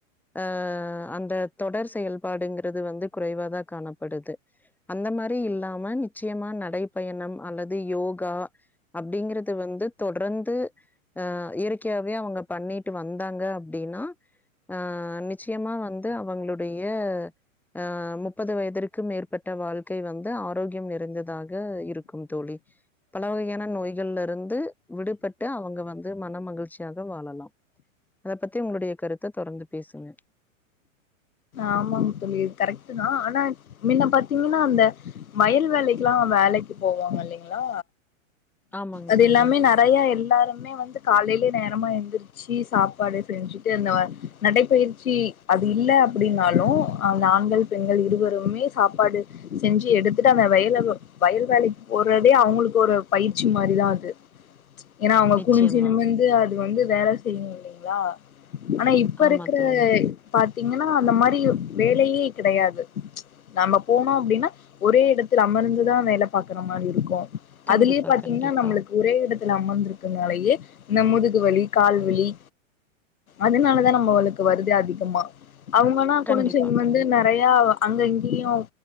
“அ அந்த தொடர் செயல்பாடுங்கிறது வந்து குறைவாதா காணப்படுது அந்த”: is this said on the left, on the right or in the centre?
Centre